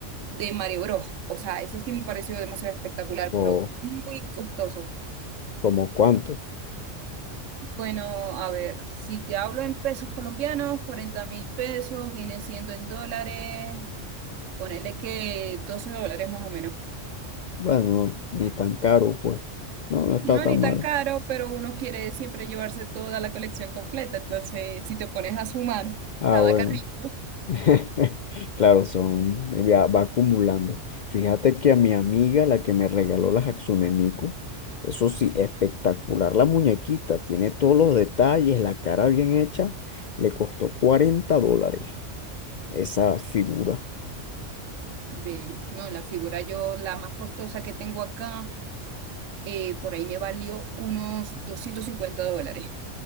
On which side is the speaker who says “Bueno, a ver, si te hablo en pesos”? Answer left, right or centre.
Right